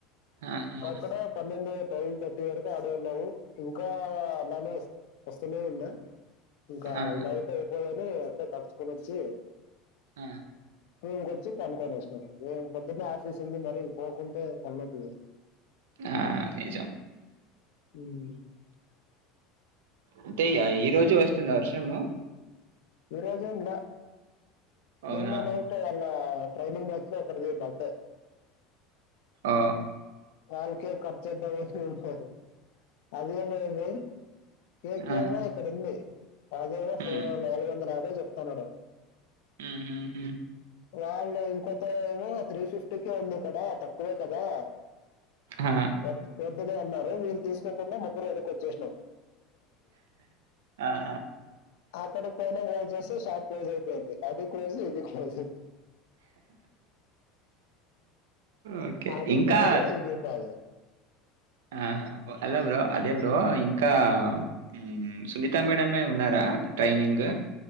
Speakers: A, on the right; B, on the left.
A: ఆహా,
B: అక్కడ పన్నెండు. టైన్ థర్టీ వరకు అన్నే ఉన్నాము ఇంకా అలానే వస్ వస్తూనే ఉన్నా. ఇంకా
A: ఆహా,
B: ఇలా అయితే అయిపోదని అట్లే తడుచ్చు కొని వొచ్చి.
A: ఆ
B: టువెల్కోచ్చి పడుకొనోచ్చినం మేము పొద్దున్నే ఆఫీస్ ఉంది మరి పోకుంటే తలనొప్పి కదా
A: ఆ నిజం
B: మ్
A: అంటే ఈ రోజు వస్తుందా వర్షము
B: ఎర్రజెండా
A: అవునా
B: నిన్న నైటే వాళ్ళ ట్రైనింగ్ బ్యాచ్ లో ఒకడు పొఇండు అంతే
A: ఓ,
B: వాళ్ళకే కర్చాయితది అనేసి <unintelligible> <unintelligible> కేకేలో
A: ఆ,
B: ఒకటి ఉంది అదేమోో ఫో
A: ఉమ్,
B: నాలుగు వందల యాభై చెప్తున్నాడు
A: మ్ హు హు
B: వాళ్ళు ఇంకోతేమో త్రీ ఫిఫ్టీకే ఉంది ఇక్కడ తక్కువే కదా
A: ఆ,
B: వ వద్దులే అన్నారు వీళ్ళు తీసుకోకుండా ముగ్గురం వెనక్కోచ్చేసినాం
A: ఆ
B: అక్కడికి పోయినాక కాల్ చేస్తే షాప్ క్లోజ్ అయిపోయింది అది క్లోజ్ ఇది క్లోజ్
A: ఓకే
B: అది
A: ఇంకా
B: పోయి ఇది పోయి
A: ఆ అల్లా బ్రో అదే బ్రో ఇంకా మ్ సునీతా మేడమే ఉన్నారా ఆ ట్రైనింగ్